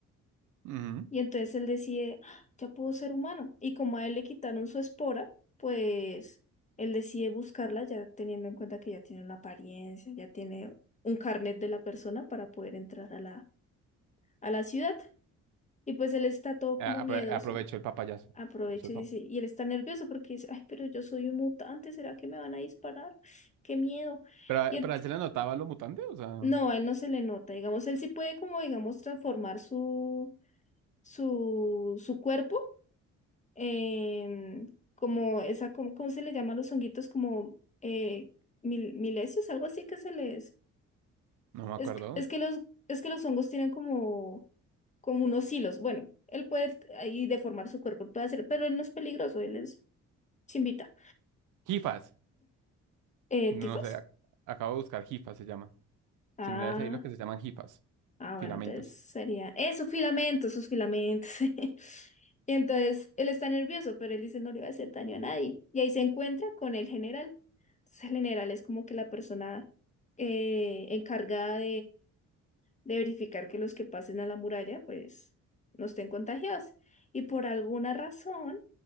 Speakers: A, on the right; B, on the left.
A: Ujú.
B: Y entonces él decide, "Ah, ya puedo ser humano. Y como a él le quitaron su espora, pues él decide buscarla ya teniendo en cuenta que ya tiene una apariencia, ya tiene un carnet de la persona para poder entrar a la, a la ciudad. Y pues él está todo
A: A-
B: como miedoso.
A: apro- aprovechó el papayazo.
B: Aprovecha
A: Aprovechó el
B: y
A: pap-
B: dice, y él está nervioso porque dice, ay, pero yo soy un mutante, ¿será que me van a disparar? ¡Qué miedo!
A: Pero,
B: Y ent-
A: pero a él se le notaba lo mutante, o sea, no
B: no, a él no se le nota, digamos, él sí puede como, digamos, transformar su, su, su cuerpo en como esa, como, ¿cómo se le llaman los honguitos? Como eh, mil- milesios, algo así que se les...
A: me acuerdo.
B: Es que, es que los, es que los hongos tienen como, como unos hilos. Bueno, él puede ahí deformar su cuerpo, puede hacer, pero él no es peligroso, él es chimbita.
A: Jifas,
B: Eh,
A: no
B: ¿tifos?
A: sé, ac- acabo de buscar jifas se llama.
B: Ah,
A: Similares ahí lo que se llaman jifas,
B: ah, bueno,
A: filamentos.
B: entonces sería. ¡Eh, sus filamentos, sus filamentos! <laughs> Y entonces él está nervioso, pero él dice no le va a hacer daño a nadie. Y ahí se encuentra con el general. Entonces el general es como que la persona eh, encargada de verificar que los que pasen a la muralla pues no estén contagiados. Y por alguna razón,